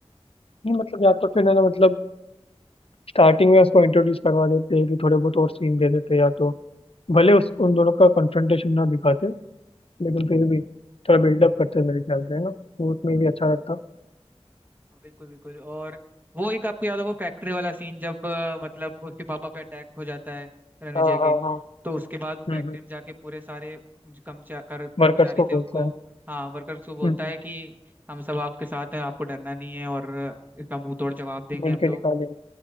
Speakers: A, on the left; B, on the right.
A: नहीं मतलब या तो फिर है ना मतलब स्टार्टिंग में उसको इंट्रोड्यूस करवा देते कि थोड़े बहुत और सीन दे देते या तो भले उस उन दोनों का कन्फ्रंटेशन ना दिखाते लेकिन फिर भी थोड़ा बिल्डअप करते मेरे ख्याल से है ना वो उसमें भी अच्छा रहता
B: हाँ, बिल्कुल बिल्कुल और वो एक आपको याद होगा फैक्ट्री वाला सीन जब अ, मतलब उसके पापा पे अटैक हो जाता है रणविजय
A: हाँ
B: के
A: हाँ हाँ
B: तो उसके बाद वो
A: हम्म
B: फैक्ट्री
A: हम्म
B: में जाके पूरे सारे जो कर्मचा- कर,
A: वर्कर्स
B: कर्मचारी
A: को
B: थे उनको
A: बोलता है
B: हाँ वर्कर्स को बोलता
A: हम्म हम्म,
B: है कि हम सब आपके साथ हैं आपको डरना नहीं है और अ, इसका मुंह तोड़ जवाब देंगे
A: ढूंढ
B: हम
A: के
B: लोग
A: निकालेंगे